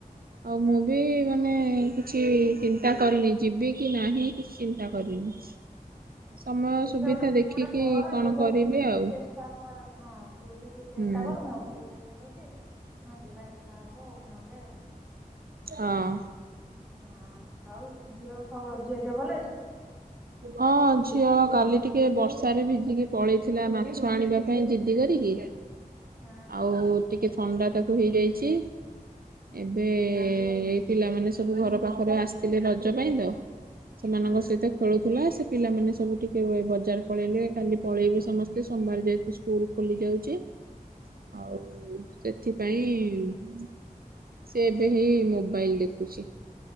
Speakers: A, on the right (about 80°); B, in the centre.
A: ଆଉ ମୁଁ ବି ମାନେ କିଛି ଚିନ୍ତା କରିନି ଯିବି କି ନାହିଁ କିଛି ଚିନ୍ତା କରିନି। ସମୟ
B: ଦେଖିବା
A: ସୁବିଧା
B: ଗୋଟେ କଣ
A: ଦେଖିକି
B: ଗୋଟେ କର
A: କଣ
B: ଦେଖେ
A: କରିବି
B: ତୁ ବି ଟିକେ
A: ଆଉ
B: ଚେଷ୍ଟା କର ହଁ ତୁ ଟିକେ ଚେଷ୍ଟା
A: ହୁଁ
B: କର ମୁଁ ଟିକେ ଚେଷ୍ ଷ୍ଟା କରୁଚି ହଁ ଯିବା ଦେଖା ହବ ଆଉ ନହେଲେ ଆଉ।
A: ହଁ।
B: ହଁ ଆଉ ଝିଅ ଖବ ଝିଅ ଦିହ ଭଲ ଅଛି?
A: ହଁ ଝିଅ କାଲି ଟିକେ ବର୍ଷାରେ ଭିଜିକି ପଳେଇଥିଲା ମାଛ ଆଣିବା ପାଇଁ ଜିଦି କରିକି
B: ହଁ।
A: ଆଉ ଟିକେ ଥଣ୍ଡା ତାକୁ ହେଇଯାଇଛି ଏବେ
B: ହୁଁ
A: ଏ ପିଲାମାନେ ସବୁ ଘର ପାଖରେ ଆସିଥିଲେ ରଜ ପାଇଁ ତ ସେମାନଙ୍କ
B: ହୁଁ
A: ସହିତ ଖେଳୁଥିଲା ସେ ପିଲାମାନେ ସବୁ ଟିକେ ବଜାର ପଳେଇଲେ କାଲି ପଳେଇବେ ସମସ୍ତେ ସୋମବାର ଯେହେତୁ ସ୍କୁ ସ୍କୁଲ ଖୋଲି ଯାଉଚି
B: ହ
A: ଆଉ ସେ ସେଥିପାଇଁ ସେ ଏବେ ହି ମୋବାଇଲ ଦେଖୁଛି।